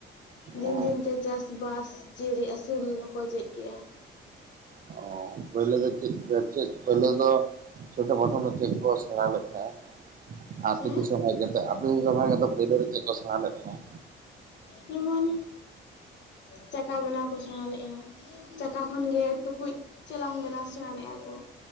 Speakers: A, on the left (about 65°); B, on the right (about 45°).
A: ᱫᱤᱱ
B: ᱚ
A: ᱫᱤᱱ ᱛᱮ ᱪᱟᱥ ᱵᱟᱥ ᱡᱤᱭᱟᱹᱞᱤ ᱟᱹᱥᱩᱞ ᱦᱚᱸᱠᱚ ᱪᱮᱫ ᱠᱮᱜ-ᱟ᱾
B: ᱚ ᱯᱳᱭᱞᱳ ᱫᱚ ᱪᱮᱫ ᱠᱚ ᱪᱮᱫ ᱯᱳᱭᱞᱳ ᱫᱚ ᱪᱷᱳᱴᱳ ᱯᱨᱚᱛᱷᱚᱢ ᱫᱚ ᱪᱮᱫ ᱠᱚ ᱥᱮᱬᱟ ᱞᱮᱫ ᱛᱟᱦᱮᱸ-ᱟ᱾ ᱟᱹᱛᱩ
A: ᱦᱮᱸ
B: ᱫᱤᱥᱚᱢ ᱦᱮᱡ ᱠᱟᱛᱮᱫ ᱟᱹᱛᱩ ᱠᱟᱢᱟ ᱠᱟᱛᱮᱫ ᱯᱳᱭᱞᱳ ᱨᱮ ᱪᱮᱫ ᱠᱚ ᱥᱮᱬᱟ ᱞᱮᱫ ᱛᱟᱦᱮᱸ?
A: ᱡᱮᱢᱚᱱ ᱪᱟᱠᱟ ᱵᱮᱱᱟᱣ ᱠᱚ ᱥᱮᱬᱟ ᱞᱮᱜ-ᱟ᱾ ᱪᱟᱠᱟ ᱠᱷᱚᱱ ᱜᱮ ᱴᱩᱠᱩᱡ, ᱪᱮᱞᱟᱝ ᱵᱮᱱᱟᱣ ᱥᱮᱬᱟ ᱞᱮᱜ-ᱟ ᱠᱚ᱾